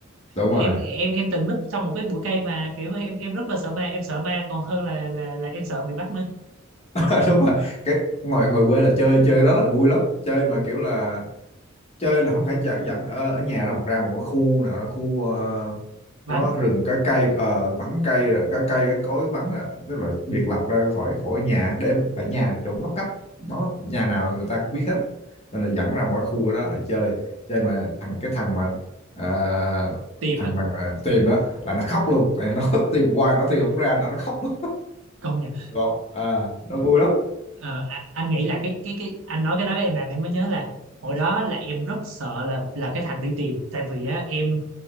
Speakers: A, on the left; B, on the right.
A: đúng
B: em
A: rồi
B: em em từng núp trong một cái bụi cây mà kiểu em em rất là sợ ma em sợ ma còn hơn là là là em sợ bị bắt nữa
A: <laughs> đúng rồi cái ngoài ngoài quê là chơi chơi cái đó là vui lắm chơi mà kiểu là chơi là không phải dẫn dẫn ở, ở nhà đâu ra một cái khu nào đó khu ờ,
B: vắng
A: có rừng có cây ờ, vắng cây rồi có cây có cối vắng đó. tức là biệt lập ra khỏi khỏi nhà để tại nhà là chỗ ngóc ngách nó nhà nào người ta cũng biết hết nên là dẫn ra mỗi khu đó để chơi chơi mà thằng cái thằng mà ờ,
B: tìm
A: thằng
B: á
A: mà mà tìm đó là nó khóc luôn tại nó <laughs> tìm hoài nó tìm không ra nó nó khóc luôn
B: công nhận
A: còn à, nó vui lắm
B: Ờ, a- anh nghĩ là cái cái cái anh nói cái đó em làm em mới nhớ là hồi đó là em rất sợ là là cái thằng đi tìm tại vì á, em